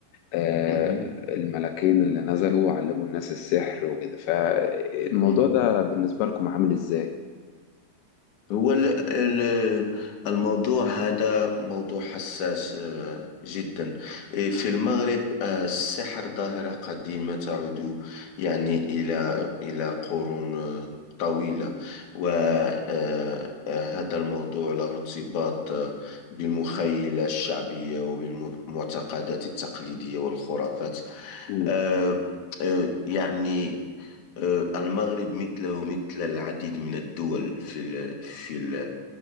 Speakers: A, on the left; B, on the left.
A: آه،
B: مهم.
A: الملكين اللي نزلوا علموا الناس السحر وكده فالموضوع
B: مهم.
A: ده بالنسبة لكم عامل ازاي؟
B: هو ال- ال- الموضوع هذا موضوع حساس آه، جدا إيه، في المغرب آه، السحر ظاهرة قديمة تعود يعني إلى إلى قرون آه، طويلة وهذا الموضوع له ارتباط آه، بالمخيلة الشعبية وبالمعتقدات التقليدية والخرافات
A: مم.
B: آه، آه، يعني آه، المغرب مثله ومثل العديد من الدول في ال- في ال-